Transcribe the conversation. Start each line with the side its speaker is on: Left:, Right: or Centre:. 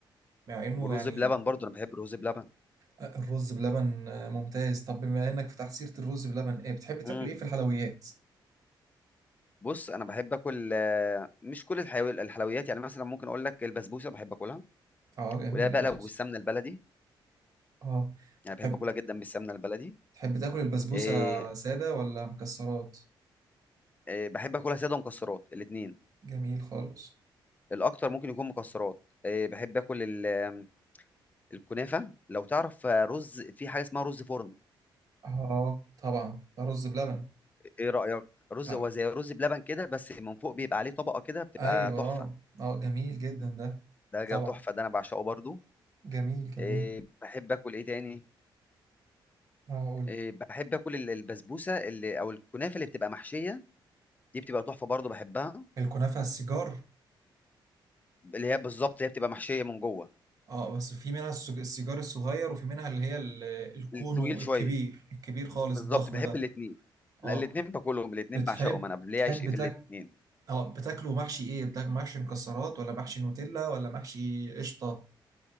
Right: مع انه
Left: والرز
Right: يعني
Left: بلبن برضو انا بحب الرز بلبن
Right: الرز بلبن ممتاز طب بما انك فتحت سيره الرز بلبن ايه بتحب تاكل
Left: مم.
Right: ايه في الحلويات
Left: بص انا بحب اكل آه، مش كل الحيو- الحلويات يعني مثلا ممكن اقول لك البسبوسه بحب اكلها
Right: اه جميل
Left: ولا بقى
Right: البسبوسه
Left: لو بالسمنه البلدي
Right: اه
Left: يعني بحب
Right: تحب
Left: اكلها جدا بالسمنه البلدي
Right: تحب تاكل البسبوسه
Left: آه،
Right: ساده ولا مكسرات
Left: آه، بحب اكلها ساده ومكسرات الاثنين
Right: جميل خالص
Left: الاكتر ممكن يكون مكسرات آه، بحب اكل ال- آم، الكنافه لو تعرف آه، رز في حاجه اسمها رز فرن
Right: اه طبعا ده رز بلبن
Left: ايه رأيك رز
Right: آه.
Left: هو زي رز بلبن كده بس من فوق بيبقى عليه طبقة كده بتبقى
Right: ايوه
Left: تحفة
Right: اه آه، جميل جدا ده
Left: ده جو
Right: طبعا
Left: تحفة ده انا بعشقه برضو
Right: جميل جميل
Left: إيه بحب اكل ايه تاني
Right: اه قول
Left: إيه
Right: لي
Left: بحب اكل ال- البسبوسة اللي او الكنافة اللي بتبقى محشية دي بتبقى تحفة برضو بحبها
Right: الكنافة السيجار
Left: اللي هي بالظبط هي بتبقى محشية من جوه
Right: اه بس في منها السج- السيجار الصغير وفي منها اللي هي ال- الكونو
Left: الطويل
Right: الكبير
Left: شوية
Right: الكبير خالص
Left: بالظبط
Right: الضخم
Left: بحب
Right: ده
Left: الاتنين
Right: اه
Left: لا الاتنين باكلهم الاتنين
Right: بتحب
Left: بعشقهم انا ليا
Right: بتحب
Left: عشق في
Right: تاك
Left: الاتنين
Right: اه بتاكله محشي ايه بتاك محشي مكسرات ولا محشي نوتيلا ولا محشي قشطة